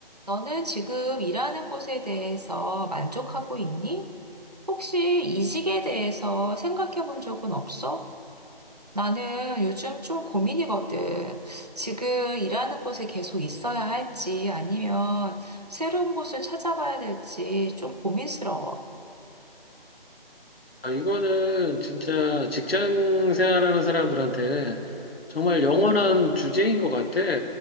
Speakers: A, on the right; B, on the left.
A: 너는 지금 일하는 곳에 대해서 만족하고 있니? 혹시 이직에 대해서 생각해 본 적은 없어? 나는 요즘 좀 고민이거든. 지금 일하는 곳에 계속 있어야 할지 아니면 새로운 곳을 찾아봐야 될지 좀 고민스러워.
B: 아, 이거는 진짜 직장 생활하는 사람들한테 정말 영원한 주제인 것 같아.